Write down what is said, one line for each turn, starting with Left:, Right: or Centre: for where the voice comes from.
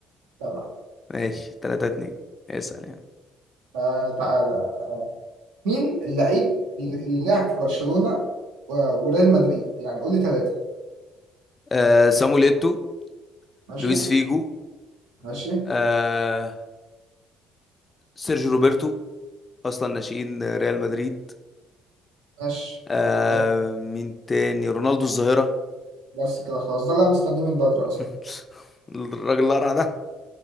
Right: تبع
Left: ماشي 3 2 اسال يعني
Right: آه، تعالى مين اللعيب اللي اللي لعب في برشلونة و- وريال مدريد يعني قول لي ثلاثة
Left: آه سامويل ايتو
Right: ماشي
Left: لويس فيجو
Right: ماشي
Left: آه سيرجيو روبرتو اصلا ناشئين ريال مدريد
Right: ماشي
Left: آه
Right: ده-
Left: مين تاني رونالدو الظاهره
Right: بس كده خلاص ده اللي انا مستنيه من بدري
Left: <laughs>
Right: اصلا
Left: الراجل القرع ده